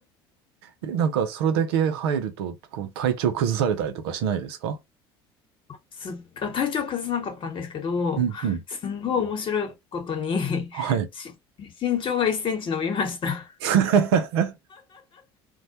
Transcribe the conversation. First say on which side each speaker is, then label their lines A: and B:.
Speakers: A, on the right; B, on the left.
A: え、なんか、それだけ入ると、こう、体調崩されたりとかしないですか
B: すっあ、体調崩さなかったんですけど、
A: うんうん。
B: すんごい面白いことに
A: <laughs> はい。
B: し身長が1センチ伸びました。
A: <laughs>